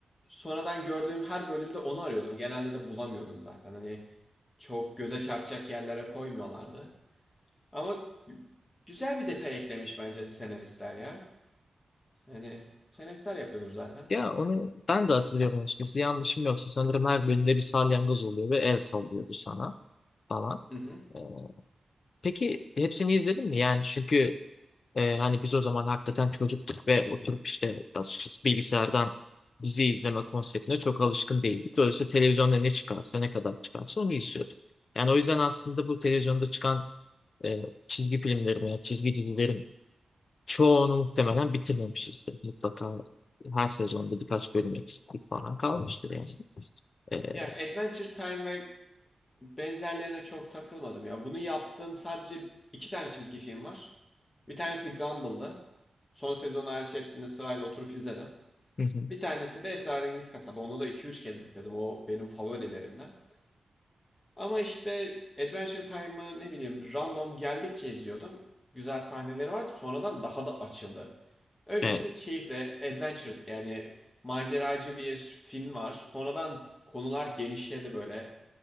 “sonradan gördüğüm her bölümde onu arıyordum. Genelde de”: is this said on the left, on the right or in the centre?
Left